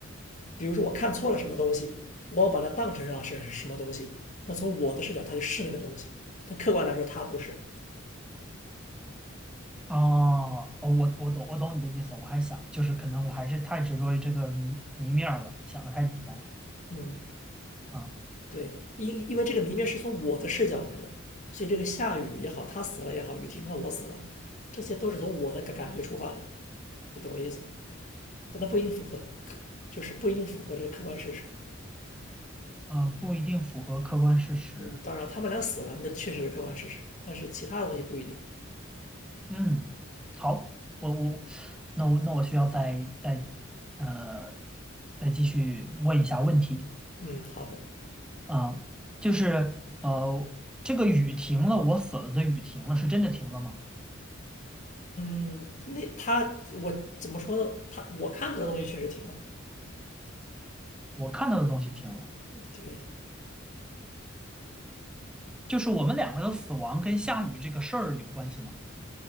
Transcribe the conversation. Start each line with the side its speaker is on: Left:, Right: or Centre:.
Left: 比如说我看错了什么东西，我把它当成啊是是什么东西，那从我的视角它就是那个东西，但客观来说它不是。
Centre: 哦，哦我我懂我懂你的意思，我还想就是可能我还是太执着于这个谜谜面儿了，想的太简单
Left: 嗯，
Centre: 啊
Left: 对，因因为这个谜面是从我的视角来的，所以这个下雨也好，他死了也好，雨停了我死了，这些都是从我的感感觉出发的，你懂我意思吗？但它不一定符合就是不一定符合这个客观事实。
Centre: 啊，不一定符合客观事实。
Left: 嗯，当然他们俩死了，那确实是客观事实，但是其他的东西不一定。
Centre: 嗯，好，我我那我那我需要再再呃再继续问一下问题
Left: 嗯，好的。
Centre: 啊，就是呃这个雨停了，我死了的雨停了，是真的停了吗？
Left: 嗯那他我怎么说呢？他我看到的东西确实停了，
Centre: 我看到的东西停了，
Left: 对，
Centre: 就是我们两个的死亡跟下雨这个事儿有关系吗？